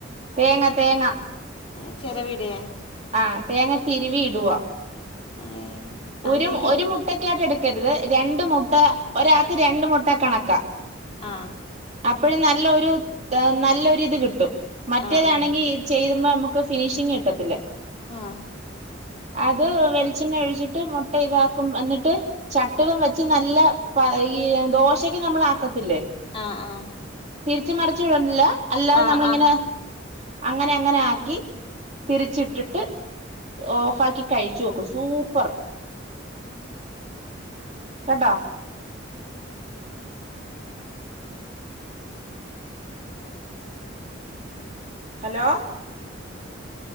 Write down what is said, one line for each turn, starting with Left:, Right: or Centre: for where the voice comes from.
Right: തേങ്ങ തേങ്ങ
Left: ഏഹ് ചെരവിടേ
Right: ആഹ് തേങ്ങ തിരുവി ഇടുവാ
Left: ഏഹ്
Right: ഒരു
Left: ആദ്യായിട്ട്
Right: ഒരു മു ട്ടക്കായിട്ടെടുക്കരുത് രണ്ട് മുട്ട ഒരാക്ക് രണ്ട് മുട്ട കണക്കാ
Left: ആഹ്
Right: അപ്പഴും നല്ല ഒരു നല്ലൊരു ഇത് കിട്ടും മറ്റേതാണെങ്കി
Left: ആഹ്
Right: ചെയ്യുമ്പോ നമക്ക് ഫിനിഷിങ് കിട്ടത്തില്ല
Left: ആഹ്
Right: അത് വെൾച്ചിണ്ണ ഒഴിച്ച്ട്ട് മുട്ട ഇതാക്കും എന്നിട്ട് ചട്ടുകം വെച്ച് നല്ല പ ഈ ദോശയ്ക്ക് നമ്മളാക്കത്തില്ലേ
Left: ആഹ്, ആഹ്
Right: തിരിച്ചും മർച്ചും ഇടണ്ടല്ലോ, അല്ലാതെ
Left: ആഹ്
Right: നമ്മളിങ്ങനെ
Left: ആഹ്
Right: അങ്ങനെ അങ്ങനെ ആക്കി തിരിച്ചിട്ട് ട്ട് ഓഫാക്കി കഴിച്ചു നോക്കു സൂപ്പർ കേട്ടോ? ഹലോ?